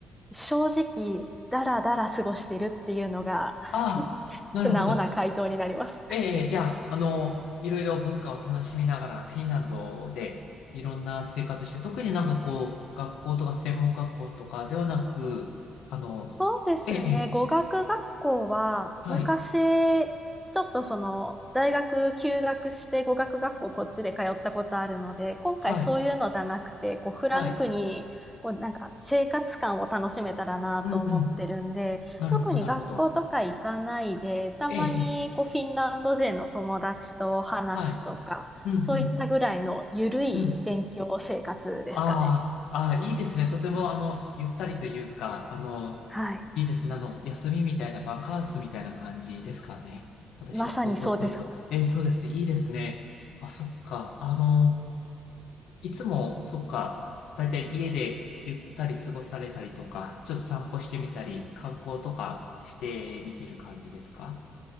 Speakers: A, in the centre; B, on the left.
A: 正直、だらだら過ごしてるっていうのが <laughs>
B: ああ、なるほど。
A: 素直な回答になります。
B: ええ、ええじゃあ、あの、いろいろ文化を楽しみながら、フィンランドでいろんな生活して、特になんかこう、学校とか専門学校とかではなく、あの、
A: そうですね。
B: ええ、ええ
A: 語学学校は、
B: はい、
A: 昔、ちょっとその、大学休学して語学学校こっちで通ったことあるので、今回そういうのじゃなくて、
B: はい、
A: こう、フランクに、
B: はい、
A: こう、なんか、生活感を楽しめたらなと思ってるんで、
B: うん、うん、なるほど、
A: 特に学校とか行かないで、
B: なるほど。
A: たまに、
B: ええ、ええ
A: こう、フィンランド人の友達と話すとか、
B: はい、うん、うん、
A: そういったぐらいの緩い勉強生活ですかね。
B: うん。ああ、ああ、いいですね。とても、あの、ゆったりというか、あの、
A: はい。
B: いいですね。あの、休みみたいな、バカンスみたいな感じですかね。私が想像すると。
A: まさにそうです。
B: えーそうですね。いいですね。あ、そっか。あの、いつも、そっか。だいたい家でゆったり過ごされたりとか、ちょっと散歩してみたり、観光とかしてみてる感じですか